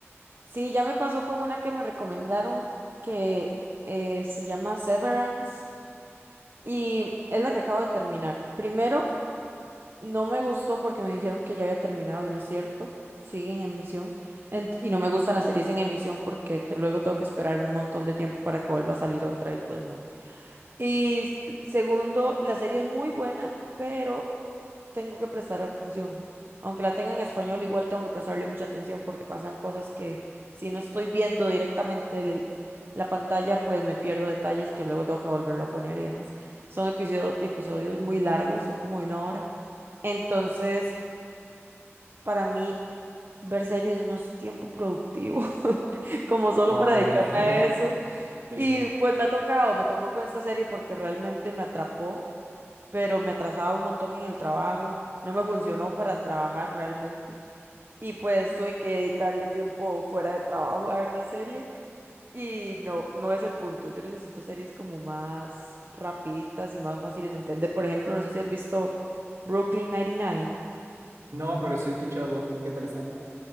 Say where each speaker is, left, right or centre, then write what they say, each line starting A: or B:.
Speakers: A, on the right; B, on the right.
A: Sí, ya me pasó con una que me recomendaron que eh, se llama Severance y es la que acabo de terminar. Primero, no me gustó porque me dijeron que ya había terminado y no es cierto. Siguen en emisión. Ent- y no me gustan las series en emisión porque te- luego tengo que esperarme un montón de tiempo para que vuelva a salir otra y pues no. Y s- segundo, la serie es muy buena, pero tengo que prestar atención. Aunque la tenga en español, igual tengo que prestarle mucha atención porque pasan cosas que si no estoy viendo directamente el- la pantalla, pues me pierdo detalles que luego tengo que volverlo a poner y demás. Son episodio- episodios muy largos, son como de una hora. Entonces, para mí, ver series no es tiempo productivo, <laughs> como solo
B: No,
A: para
B: claro.
A: dedicarme
B: <laughs>
A: a eso.
B: Sí.
A: Y pues me ha tocado, me tocó con esta serie porque realmente me atrapó, pero me atrasaba un montón en el trabajo, no me funcionó para trabajar realmente. Y pues tuve que dedicarle tiempo fuera de trabajo a ver la serie. Y no, no es el punto. Yo necesito series como más rapiditas y más fáciles de entender. Por ejemplo, no sé si has visto Brooklyn 99.
B: No, pero sí he escuchado. ¿Qué tal está?